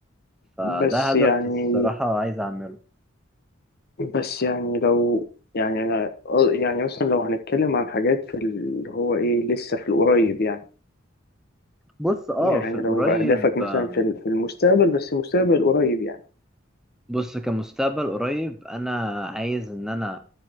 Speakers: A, in the centre; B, on the left (about 50°).
A: فده
B: بس
A: هدف
B: يعني
A: الصراحة عايز أعمله
B: بس يعني لو يعني انا يعني مثلا لو هنتكلم عن حاجات في اللي هو ايه لسه في القريب يعني
A: بص أه
B: يعني
A: في القريب
B: لو اهدافك مثلا
A: آم،
B: في ال- في المستقبل بس المستقبل القريب يعني
A: بص كمستقبل قريب أنا عايز إن أنا